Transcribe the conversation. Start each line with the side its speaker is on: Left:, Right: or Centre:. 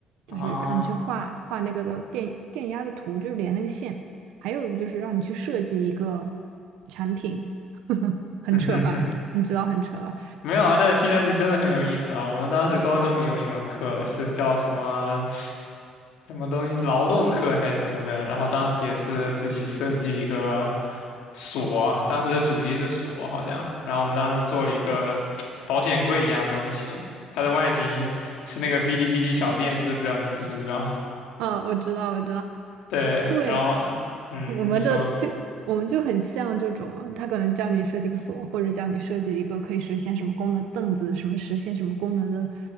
Left: 啊，
Right: 就是让你去画画那个的电电压的图，就是连那个线，还有就是让你去设计一个产品，<laughs>
Left: <laughs>
Right: 很扯吧？
Left: 嗯哼哼。
Right: 你知道很扯吧？
Left: 没有啊，但是听上去真的很有意思啊。我们当时高中也有一门课是叫什么什么东西，劳动课还是什么的，然后当时也是自己设计一个锁，当时的主题是锁好像，然后我们当时做了一个保险柜一样东西，它的外形是那个哔哩哔哩小电视，不知道你知不知道？
Right: 啊，我知道，我知道，
Left: 对，
Right: 对，
Left: 然后嗯，
Right: 我们的就我们就很像这种啊，
Left: 你说
Right: 他可能叫你设计个锁，或者叫你设计一个可以实现什么功能的凳子，什么实现什么功能的